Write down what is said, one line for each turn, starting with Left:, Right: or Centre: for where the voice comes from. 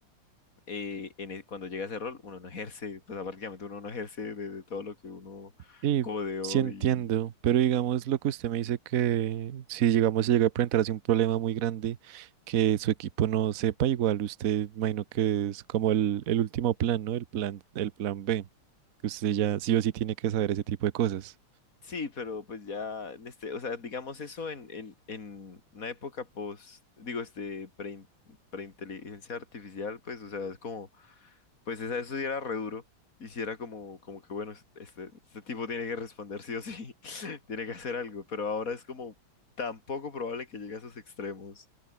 Left: eh, en e- cuando llega a ese rol, uno no ejerce, pues prácticamente uno no ejerce de, de todo lo que uno
Right: Sí,
Left: codeó
Right: sí entiendo,
Left: y,
Right: pero digamos lo que usted me dice que si llegamos a llegar a presentarse un problema muy grande que su equipo no sepa, igual usted imagino que es como el, el último plan, ¿no? El plan, el plan B, que usted ya sí o sí tiene que saber ese tipo de cosas.
Left: Sí, pero pues ya, en este, o sea, digamos eso en, en, en una época post, digo, este, pre, preinteligencia artificial, pues, o sea, es como, pues esa eso sí era re duro, y si era como, como que bueno, es- este, este tipo tiene que responder sí o sí, <laughs> tiene que hacer algo, pero ahora es como tan poco probable que llegue a esos extremos,